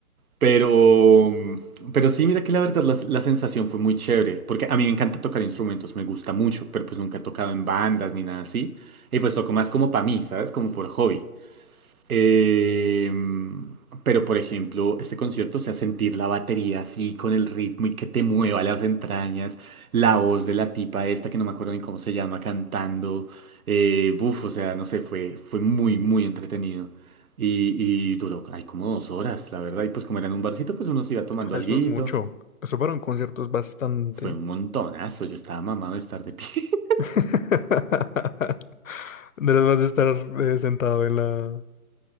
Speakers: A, on the right; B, on the left.
A: Pero, mm, pero sí, mira que la verdad la, la sensación fue muy chévere, porque a mí me encanta tocar instrumentos, me gusta mucho, pero pues nunca he tocado en bandas ni nada así. Y pues toco más como para mí, ¿sabes? Como por hobby. Em, pero, por ejemplo, este concierto, o sea, sentir la batería así con el ritmo y que te mueva las entrañas, la voz de la tipa esta, que no me acuerdo ni cómo se llama, cantando, eh, buf, o sea, no sé, fue, fue muy, muy entretenido. Y, y duró, hay como dos horas, la verdad, y pues como era en un barcito, pues uno se iba
B: <laughs>
A: tomando
B: Eso
A: alguito.
B: es mucho. Eso para un concierto es bastante.
A: Fue un montonazo, yo estaba mamado de estar de pie. <laughs>
B: <laughs> No les vas a estar eh, sentado en la